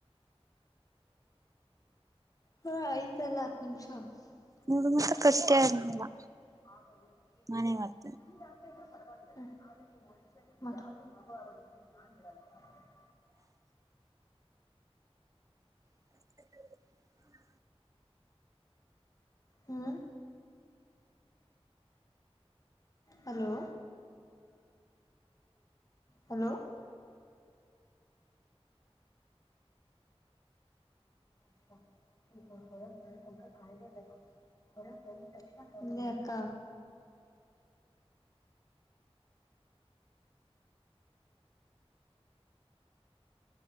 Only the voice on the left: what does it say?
ಹಾ ಆಯ್ತಲ್ಲ ಹತ್ತು ನಿಮಿಷ. <unintelligible>
<unintelligible>
ಹ್ಮ್. ಹಲೋ. ಹಲೋ <unintelligible> ಹೇ ಅಕ್ಕಾ.